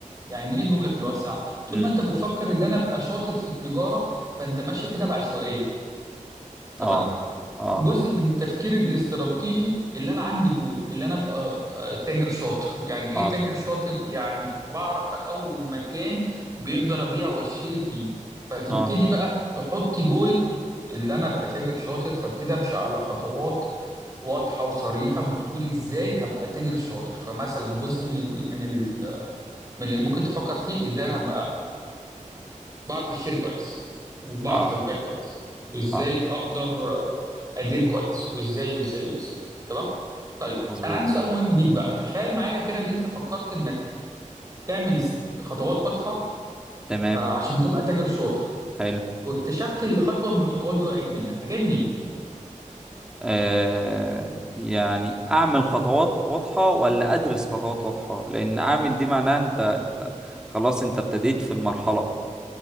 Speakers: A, on the right; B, in the centre.
A: يعني ايه جمله في الواسع طول
B: امم
A: ما انت بتفكر ان انا ابقى شاطر في التجاره فانت ماشي كده بعشوائيه تمام
B: اه اه
A: جزء من التفكير الاستراتيجي اللي انا عندي جول اللي انا ابقى آه، تاجر شاطر يعني ايه
B: اه
A: تاجر شاطر يعني بعرف اقوم مكان بيقدر ابيع واشتري فيه فتبتدي
B: اه
A: بقى تحطي جول اللي انا ابقى تاجر شاطر فابتدي امشي على خطوات واضحه وصريحه بتقولي ازاي هبقى تاجر شاطر فمثلا جزء من الج- من ال- من اللي ممكن تفكر فيه ازاي انا هبقى بعرف اشتري كويس وبعرف
B: اه
A: ابيع كويس وازاي
B: اه
A: اقدر آه، ادير كويس وازاي وازاي وازاي تمام طيب
B: مظبوط
A: انا عندي سؤال مهم ليك بقى تخيل معايا كده اللي انت فكرت انك تعمل است- خطوات واضحه
B: تمام
A: آه، عشان تبقى تاجر شاطر
B: حلو
A: واكتشفت ان خطوه من الخطوات دي وقعت منك هتعمل ايه
B: آه يعني اعمل خطوات واضحة ولا ادرس خطوات واضحة لان اعمل دي معناها انت انت خلاص انت ابتديت في المرحلة